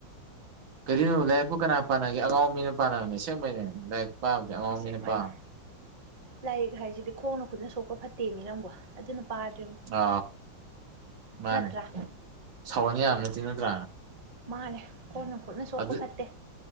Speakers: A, on the right; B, on the right.
A: ꯀꯔꯤꯅꯣ ꯂꯥꯢꯔꯤꯡꯄꯨ ꯀꯅꯥ ꯄꯥꯅꯒꯦ ꯑꯉꯥꯎꯕ ꯃꯤꯅ ꯄꯥꯅꯕꯅꯦ ꯁꯦꯝꯕꯩꯅꯦ ꯂꯥꯏꯔꯤꯛ ꯄꯥꯕꯗꯤ ꯑꯉꯥꯎ
B: ꯑꯁꯦꯡꯕꯩꯅ
A: ꯃꯤꯅ ꯄꯥꯕꯅꯦ
B: ꯂꯥꯏꯔꯤꯛ ꯍꯥꯏꯁꯤꯗꯤ ꯈꯣꯡꯅ ꯈꯨꯠꯅ ꯁꯣꯛꯄ ꯐꯠꯇꯦꯃꯤ ꯅꯪꯕꯣ ꯑꯗꯨꯅ ꯄꯥꯗ꯭ꯔꯤꯝꯅꯤ
A: ꯑ ꯃꯥꯅꯦ
B: ꯅꯠꯇ꯭ꯔꯥ
A: ꯁꯥꯎꯍꯟ ꯌꯥꯕ ꯅꯠꯇꯦ ꯅꯠꯇ꯭ꯔ
B: ꯃꯥꯅꯦ ꯈꯣꯡꯅ ꯈꯨꯠꯅ ꯁꯣꯛꯄ
A: ꯑꯗꯨꯠ
B: ꯐꯠꯇꯦ